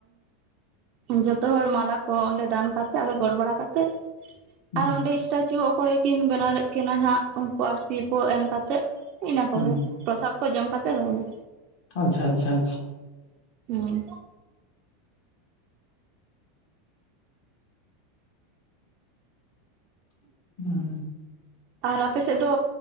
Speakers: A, on the right; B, on the left.
A: ᱡᱚᱛᱚ ᱦᱚᱲ ᱢᱟᱞᱟ ᱠᱚ ᱚᱸᱰᱮ ᱫᱟᱱ ᱠᱟᱛᱮᱫ ᱟᱫᱚ ᱜᱚᱰ ᱵᱟᱲᱟ ᱠᱟᱛᱮᱫ
B: ᱦᱩᱸ
A: ᱟᱨ ᱚᱸᱰᱮ ᱥᱴᱟᱪᱩ ᱚᱠᱚᱭ ᱠᱤᱱ ᱵᱮᱱᱟᱣ ᱞᱮᱫ ᱠᱤᱱᱟ ᱦᱟᱸᱜ ᱩᱱᱠᱩ ᱟᱨ ᱥᱤᱨ ᱠᱚ ᱮᱢ ᱠᱟᱛᱮᱜ ᱤᱱᱟᱹ ᱠᱚᱜᱮ
B: ᱦᱩᱸ
A: ᱯᱨᱚᱥᱟᱫ ᱠᱚ ᱡᱚᱢ ᱠᱟᱛᱮᱜ ᱦᱩᱭ ᱮᱱᱟ᱾
B: ᱟᱪᱷᱟ ᱟᱪᱷᱟ ᱟᱪᱷᱟ
A: ᱦᱮᱸ
B: <inaudible>
A: ᱟᱨ ᱟᱯᱮ ᱥᱮᱫ ᱫᱚ